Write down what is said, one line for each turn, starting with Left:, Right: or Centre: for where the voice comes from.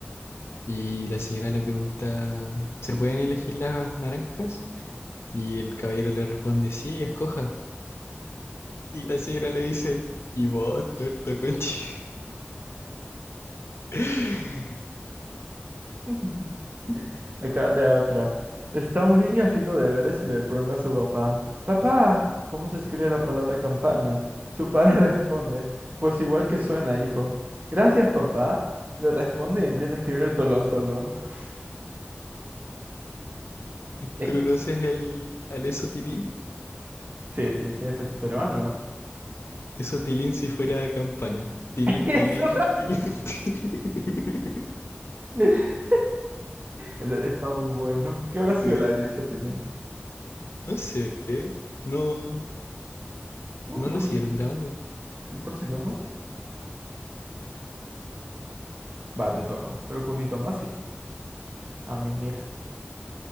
Left: Y la señora le pregunta, ¿se pueden elegir las naranjas? Y el caballero le responde, sí, escoja. Y la señora le dice, y vos, tuerto conchi, <laughs>
Right: <laughs> Acá te da otra. Está un niño haciendo deberes y le pregunta a su papá, Papá, ¿cómo se escribe la palabra campana? Su padre <laughs> responde, Pues igual que suena, hijo. Gracias, papá. Le responde y empieza a escribir tolón, tolón. <laughs> Eh,
Left: tú no seas el, al eso tilín,
Right: Sí, sí, sí, ese es peruano.
Left: eso tilín si fuera campana. Tilín,
Right: <laughs> Eso
Left: tilín, tilín, <laughs>
Right: no- <laughs> Está está muy bueno. ¿Qué habrá
Left: tilín.
Right: sido la alianza,
Left: Sí,
Right: Tilín?
Left: No sé, ¿eh? No,
Right: No,
Left: no
Right: no
Left: lo
Right: lo
Left: siguieron
Right: sé.
Left: grabando.
Right: Me parece que no. Va, te toca. Creo que un hito más sí. A mí, mira.